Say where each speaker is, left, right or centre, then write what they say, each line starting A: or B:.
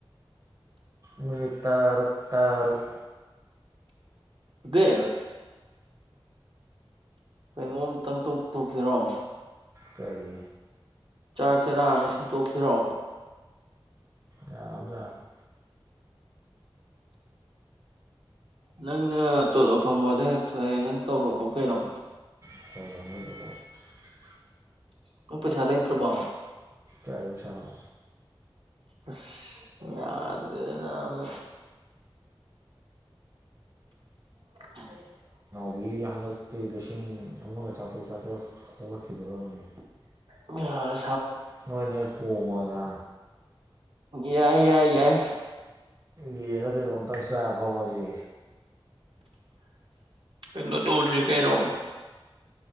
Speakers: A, on the right; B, on the right.
A: ꯃꯤ ꯇꯔꯨꯛ ꯇꯔꯨꯛ
B: ꯑꯕꯦ ꯀꯩꯅꯣꯝꯇꯪ ꯇꯧꯊꯣꯛꯁꯤꯔꯣ
A: ꯀꯔꯤ
B: ꯆꯥꯛ ꯆꯔꯥ ꯑꯃ ꯁꯤꯟꯇꯣꯛꯁꯤꯔꯣ
A: ꯌꯥꯥꯕꯖꯥꯠꯅꯤ
B: ꯅꯪꯅ ꯇꯣꯂꯣꯞ ꯐꯪꯕꯗ ꯍꯦꯛ ꯊꯣꯛꯑꯦ ꯅꯪ ꯇꯧꯔꯛꯑꯣ ꯀꯩꯅꯣ
A: <unintelligible>
B: ꯅꯪ ꯄꯩꯁꯥ ꯂꯩꯇ꯭ꯔꯕꯣ
A: ꯀꯥꯏꯗꯩꯩ ꯄꯩꯁꯅꯣ
B: ꯑꯁ ꯌꯥꯗ꯭ꯔꯦꯗ ꯅꯥꯕ <inaudible>
A: ꯁꯤꯗꯒꯤ ꯍꯟꯗꯛꯇꯤ ꯂꯤꯁꯤꯡ ꯑꯃꯒ ꯆꯥꯇ꯭ꯔꯨꯛ ꯆꯥꯇ꯭ꯔꯦꯠ ꯈꯣꯝꯒꯠꯈꯤꯗꯣꯔꯝꯅꯤ
B: ꯑ
A: ꯅꯣꯏꯅꯍꯦꯛ ꯀꯣꯡꯉꯣꯗ
B: ꯌꯥꯏ ꯌꯥꯏ ꯌꯥꯏ
A: ꯌꯦꯟꯂ ꯀꯩꯅꯣꯝꯇꯪ ꯆꯊꯣꯛꯑꯁꯤ
B: ꯀꯩꯅꯣ ꯇꯧꯗ꯭ꯔꯤ ꯀꯩꯅꯦ